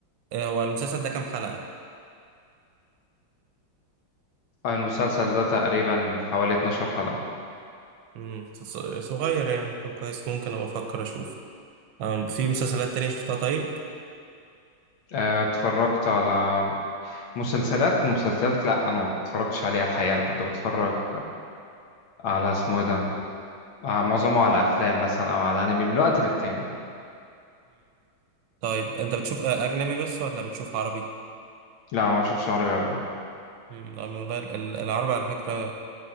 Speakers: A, on the right; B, on the left.
A: آه، هو المسلسل ده كام حلقة؟
B: المسلسل ده تقريبا حوالي 12 حلقة
A: امم صغير يعني طب كويس ممكن أبقى أفكر أشوف آم في مسلسلات تانية شفتها طيب؟
B: آه، اتفرجت على مسلسلات مسلسلات لا أنا ما اتفرجتش عليها الحقيقة أنا كنت بتفرج على اسمه إيه ده آه، معظمه على أفلام مثلا أو على أنمي من وقت للتاني
A: طيب انت بتشوف اجنبي بس ولا بتشوف عربي
B: لا ما بشوفش عربي أبدا
A: امم لا، والله ال- ال- العربي على فكره